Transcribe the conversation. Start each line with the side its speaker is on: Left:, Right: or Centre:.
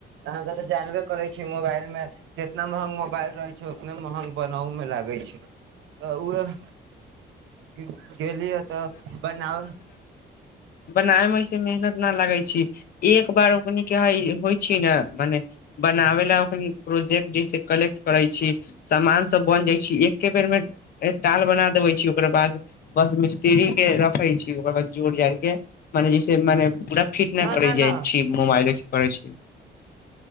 Right: अहाँके तऽ जानबे करै छियै मोबाइल मे जितना महग मोबाइल रहैत छै ओतना महग बनाउ मे लागै छै तऽ उ। <unintelligible> चलि त ब।
Left: बनाय मे ओसे मेहनत। लगै छै। एक बार। होइ छै ने मने बनाबै लए ओख। प्रोजेकट जैसे कलेक्ट। करै छी सामान सब बन जाइ छी एके बेर मे टाल बना देबे छी ओकरा बाद। बस मिस्त्री के रखे छी ओकर बाद जोर जड़ के मने जैसे मने। परा फिट
Right: न
Left: नहि करै
Right: न न
Left: जाइ छी मोबाइलेसँ करै छी।